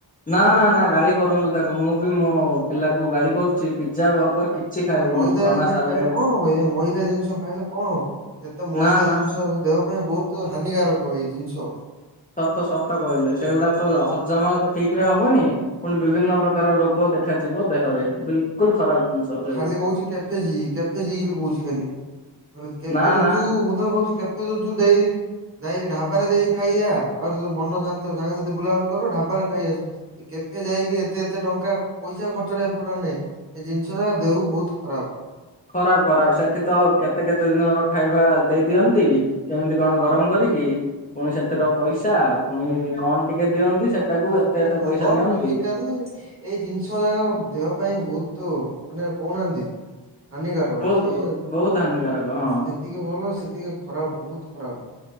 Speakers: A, on the left; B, on the right.
A: ନା ନା ନା ଗାଳି କରନ୍ତୁ ତାକୁ। ମୁଁ ବି ମୋ ପିଲାକୁ ଗାଳି କରୁଛି ପିଜା ବର୍ଗର କିଛି ଖାଇବୁନୁ
B: ମଇଦା
A: ଚଣା
B: ଏ
A: ସାଲେଟ
B: ଖାଇଲେ କଣ ହୁଏ? ଏ ମଇଦା ଜିନିଷ ଖାଇଲେ କଣ? ଏତେ ମଇଦା
A: ନା ନା
B: ଜିନିଷ ଦେହ ପାଇଁ ବହୁତ ହାନିକାରକ ଏଇ ଜିନିଷ।
A: ସତ ସତ କହିଲେ ସେଗୁଡା ତ ହଜମ ଠିକ ରେ ହବନି ପୁଣି ବିଭିନ୍ନ ପ୍ରକାର ରୋଗ ଦେଖାଯିବ ଦେହରେ ବିଲକୁଲ ଖରାପ ଜିନିଷ ସେଗୁଡା।
B: ଖାଲି କହୁଛି କେଫେ ଯିବି କେଫେ ଯିବି ବୋଲି କହୁଛି ଖାଲି। କହିଲି କେଫେ
A: ନା
B: ଯୋଜୁ
A: ନା
B: ମୁଁ ତ କହୁଛି କେଫେ ଯୋଜୁ ଦେଇରି ଯାଇକି ଢାବାରେ ଯାଇକି ଖାଇଆ। ଆହୁରି ଯେତେବେଳେ ମନ ଶାନ୍ତି ହ ସାଙ୍ଗେ ସାଥିେ ବୁଲାବୁଲି କରିବ ଢାବାରେ ଖାଇଆ ଆସୁ କେ ଏଖେ ଯାଇକି ଏତେ ଏତେ ଟଙ୍କା ପଇସା ଖର୍ଚ ଟା ଇମ୍ପୋଟାଣ୍ଟ ନାହିଁ ଏ ଜି ନିଷ ଯା ଦେହକୁ ବହୁତ ଖରାପ।
A: ଖରାପ ଖରାପ ସେଠି ତ କେତେ କେତେ ଦିନ ଖାଇବା ଦେଇ ଦିଅନ୍ତି କେମିତି କଣ ଗରମ କରି ପୁଣି ସେଥିର ପଇସା ପୁଣି କଣ ଟିକେ ଦିଅନ୍ତି ସେଟାକୁ
B: ସବୁ
A: ଏତେ ଏତେ
B: ଫ୍ଲେବର
A: ପଇସା ନିଅନ୍ତି
B: କେମିକାଲ ଏଇ ଜିନିଷ ଯାକ ଦେହ ପାଇଁ ବହୁତ ମାନେ କହୁନାହାନ୍ତି ହାନିକାର
A: ବହୁତ
B: ସେଇ
A: ବହୁତ ବହୁତ ହାନିକାରକ ହଁ
B: ଯେତିକି ଭଲ ସେତିକି ଖରାପ ବହୁତ ଖରାପ।